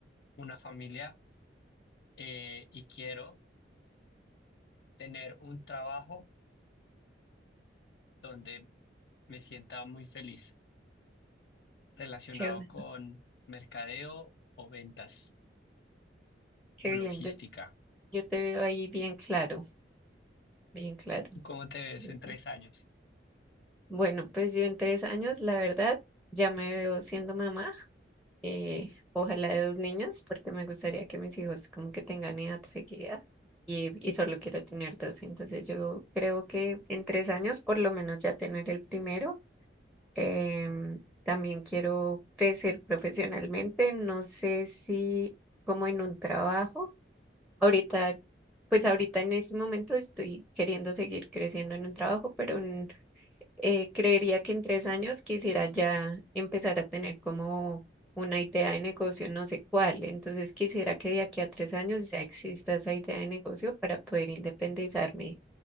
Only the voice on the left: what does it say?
una familia eh, y quiero tener un trabajo donde me sienta muy feliz relacionado
con mercadeo o ventas
o
logística.
¿Cómo te ves
en tres años?